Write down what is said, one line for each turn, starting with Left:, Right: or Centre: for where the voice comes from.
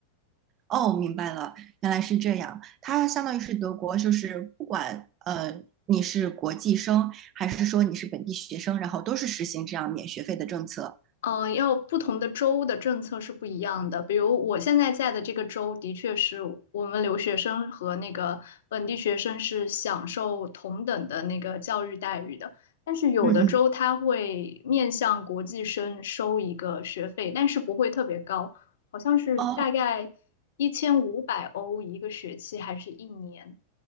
Right: 哦明白了，原来是这样。它相当于是德国，就是不管呃你是国际生还是说你是本地学生，然后都是实行这样免学费的政策。
Left: 呃，要不同的州的政策是不一样的。比如我现在在的这个州，的确是我们留学生和那个本地学生是享受同等的那个教育待遇的。但是有的州它会面向国际生收一个学费，
Right: 嗯嗯
Left: 但是不会特别高，好像是大概一千五百欧一个学期还是一年。
Right: 哦